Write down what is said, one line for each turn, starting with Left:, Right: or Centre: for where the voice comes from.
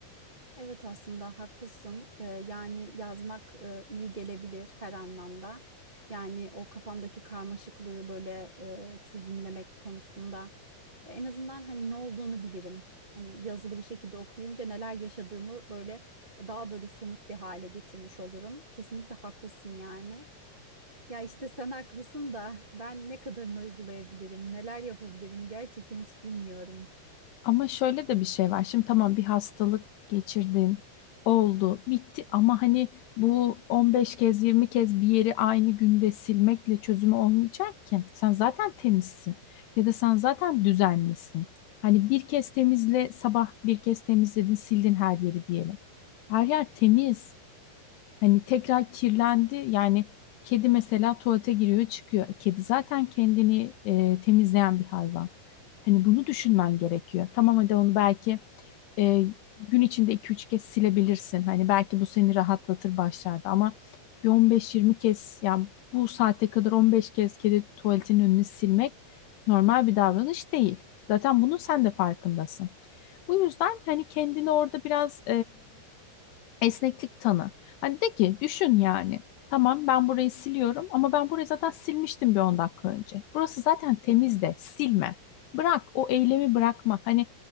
Right: Evet aslında haklısın. Ee, yani yazmak e, iyi gelebilir her anlamda. Yani o kafamdaki karmaşıklığı böyle e, çözümlemek konusunda en azından hani ne olduğunu bilirim. Hani yazılı bir şekilde okuyunca neler yaşadığımı böyle daha böyle somut bir hale getirmiş olurum. Kesinlikle haklısın yani. Ya işte sen haklısın da ben ne kadarını uygulayabilirim, neler yapabilirim gerçekten hiç bilmiyorum.
Left: Ama şöyle de bir şey var. Şimdi tamam bir hastalık geçirdin, oldu, bitti ama hani bu 15 kez 20 kez bir yeri aynı günde silmekle çözümü olmayacak ki. Sen zaten temizsin ya da sen zaten düzenlisin. Hani bir kez temizle sabah bir kez temizledin, sildin her yeri diyelim. Her yer temiz. Hani tekrar kirlendi yani kedi mesela tuvalete giriyor çıkıyor. E, Kedi zaten kendini e, temizleyen bir hayvan. Hani bunu düşünmen gerekiyor. Tamam hadi onu belki e, gün içinde iki üç kez silebilirsin. Hani belki bu seni rahatlatır başlarda ama bir 15-20 kez yani bu saate kadar 15 kez kedi tuvaletinin önünü silmek normal bir davranış değil. Zaten bunun sen de farkındasın. Bu yüzden hani kendini orada biraz Esneklik tanı. Hani de ki düşün yani. Tamam ben burayı siliyorum ama ben burayı zaten silmiştim bir 10 dakika önce. Burası zaten temiz de silme. Bırak o eylemi bırakma. Hani